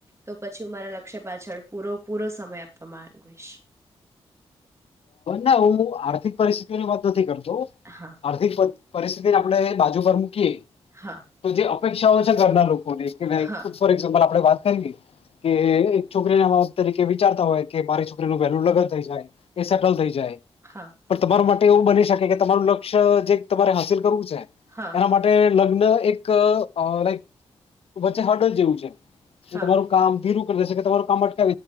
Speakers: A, on the right; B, on the left.
A: તો પછી હું મારા લક્ષ્ય પાછળ પૂરો પૂરો સમય આપ પ્રમાન ગુસ
B: ના હું આર્થિક પરિસ્થિતિની વાત નથી કરતો તો
A: હા
B: આર્થિક પરિસ્થિતિ ને આપણે બાજુ પર મૂકીએ
A: હા
B: તો જે ઇચ્છા હોય છે ઘરના લોભ પોલીસનીલાઇફ
A: હા
B: ફોર ઇકઝામ્પલ આપણે વાત કરી કે એક છોકરીને તરીકે વિચારતા હોય કે મારી છોકરીનું વેલ્યુ લગન થઈ જાય એ સેટલ થઈ જાય
A: હા
B: પણ તમારો માટે એવું બની શકે કે તમારું લક્ષ્ય જે તમારે હાસિલ છે
A: હા
B: એના માટે લગ્ન તો એક ઓ લાઇક વચ્ચે હર્ડંલ જેવું છે
A: હા
B: જે તમારું કામ ધીરું હોઈ શકે તમારુ કામ અટકે